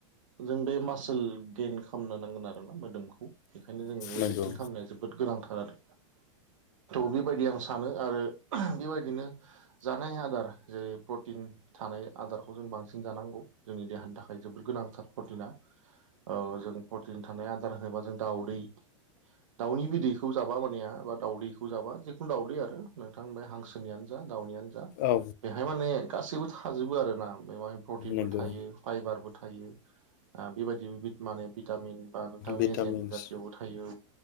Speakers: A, on the right; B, on the left.
A: जों बे मासोल गेइन खालामनो नांगोन आरो ना मोदोमखौ बेखायनो जों वेट
B: नंगौ
A: लिफटिं खालामनाया जोबोद जोबोद गोनांथार आरो थ' बेबायदि आं सानो आरो बेबाय बिदिनो जानाय आदार जेरै टिन थानाय आदारखौ जों बांसिन जानांगौ जोंनि देहानि थाखाय जोबोर गोनांथार प्रटिना औ जों प्रटिन थानाय आदार होनोबा जों दाउदै दाउनि बिदैखौ जाबा मानेया बा दाउदैखौ जाबा जिखुनु दाउदै आरो नोंथां बाय हांसोनियाटनो जा दावनियानो जा
B: औ
A: बेहाय माने गासैबो थाजोबो आरो ना बेहाय प्रटिनबो
B: नंगौ
A: थायो। फाइबारबो थायो बे बायदि माने भिटामिन बा नोंथां
B: भिटामिन्स
A: मेजेम जाथियावबो थायो